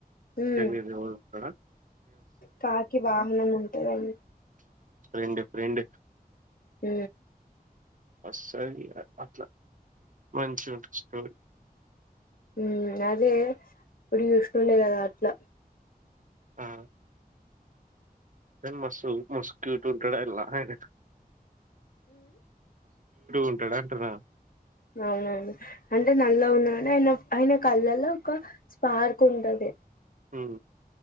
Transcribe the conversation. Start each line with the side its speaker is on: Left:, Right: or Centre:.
Left: ఉమ్
Right: తెలియదు ఎవరోస్తరో
Left: కాకి వాహనం ఉంటదండి
Right: ఫ్రెండ్ ఫ్రెండ్
Left: ఊ
Right: వస్తది ఇక అట్లా మంచి ఉంటది స్టోరీ
Left: ఉ అదే ఇప్పుడు చూస్తుండే కదా అట్లా
Right: ఆ మ మసుక్్యూట్ూంటడ ఎలా అయి ఉంటాడు అంటున్నా
Left: అవునవును అంటే నల ఉన్నాడి ఆయన ఆయన కళ్ళలో ఒక స్పార్క్ ఉంటది
Right: హ